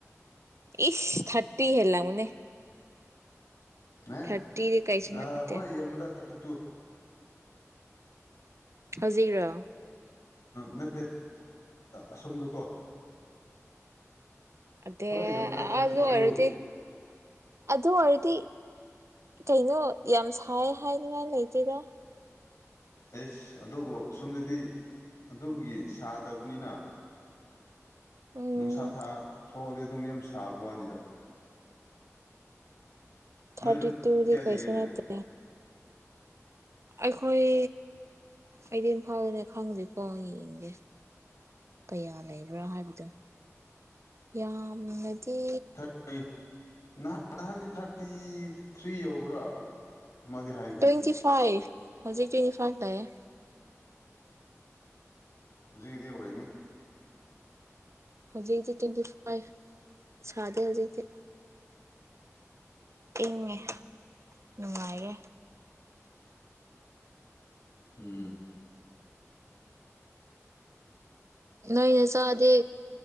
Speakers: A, on the right; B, on the left.
A: ꯏꯁ ꯊꯔꯇꯤ ꯍꯦꯟꯂꯝꯒꯅꯤ
B: ꯑꯦ
A: ꯊꯥꯔꯇꯤꯗꯤ ꯀꯩꯁꯨ
B: ꯑ
A: ꯅꯠꯇꯦ
B: ꯍꯣꯏ ꯌꯗ ꯊꯥꯔꯇꯤ ꯇꯨ
A: ꯍꯧꯖꯤꯛꯔꯣ
B: ꯅꯠꯇꯦ ꯑꯁꯣꯝꯗꯀꯣ
A: ꯑꯗꯦ
B: ꯍꯣꯏ ꯌꯥꯝꯗ
A: ꯑ
B: ꯊꯥꯔꯇꯤ
A: ꯑꯗꯨ
B: ꯇꯨ
A: ꯑꯣꯏꯗꯤ ꯑ ꯑꯗꯨ ꯑꯣꯏꯗꯤ ꯀꯩꯅꯣ ꯌꯥꯝ ꯁꯥꯏ ꯍꯥꯏꯅꯤꯉꯥꯏ ꯂꯩꯇꯦꯔ
B: ꯑꯦꯁ ꯑꯗꯨꯕꯨ ꯁꯣꯝꯗꯗꯤ ꯑꯗꯨꯒꯤ ꯁꯥꯗꯕꯅꯤꯅ
A: ꯎꯝ
B: ꯅꯨꯡꯁꯥ ꯊꯥ ꯊꯣꯛꯑꯗꯤ ꯑꯗꯨꯝ ꯌꯥꯝ ꯁꯥꯕ ꯋꯥꯅꯤꯗ
A: ꯊꯔꯇꯤ
B: ꯅꯣꯏꯔꯣꯝ
A: ꯇꯨꯗꯤ
B: ꯀꯌꯥ ꯂꯩꯒꯦꯅꯦ
A: ꯀꯁꯅꯠꯇ ꯑꯩꯈꯣꯏ ꯑꯩꯗꯤ ꯏꯝꯐꯥꯜꯗꯅꯦ ꯈꯪꯗꯦꯀꯣ ꯌꯦꯡꯒꯦ ꯀꯌꯥ ꯂꯩꯕ꯭ꯔꯥ ꯍꯥꯏꯕꯗꯣ ꯌꯥꯝꯉꯗꯤ
B: ꯑꯩ ꯅꯍꯥꯟ ꯅꯍꯥꯟꯗꯤ ꯊꯥꯔꯇꯤ ꯊ꯭ꯔꯤ ꯌꯧꯕ꯭ꯔꯥ ꯑꯃꯗꯤ ꯍꯥꯏ
A: ꯇꯋꯦꯟꯇꯤ ꯐꯥꯏꯚ ꯍꯧꯖꯤꯛ ꯇ꯭ꯋꯦꯟꯇꯤ ꯐꯥꯏꯚ ꯂꯩꯌꯦ
B: ꯍꯧꯖꯤꯛꯀꯤꯗꯤ ꯑꯣꯏꯅꯤ
A: ꯍꯧꯖꯤꯛ ꯍꯧꯛꯇ ꯇ꯭ꯋꯦꯟꯇꯤ ꯐꯥꯏꯚ ꯁꯥꯗꯦ ꯍꯧꯖꯤꯛꯇ ꯏꯪꯉꯦ ꯅꯨꯡꯉꯥꯏꯔꯦ
B: ꯎꯝ
A: ꯅꯣꯏ ꯅ ꯆꯥꯗꯤ